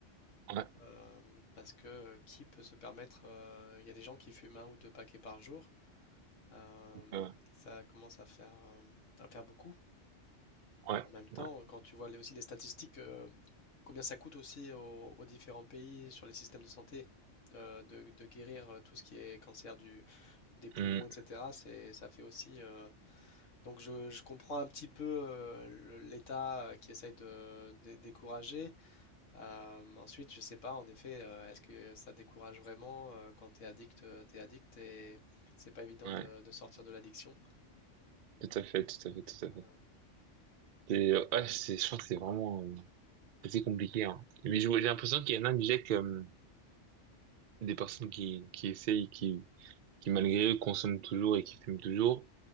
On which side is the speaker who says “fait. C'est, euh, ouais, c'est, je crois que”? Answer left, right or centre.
Right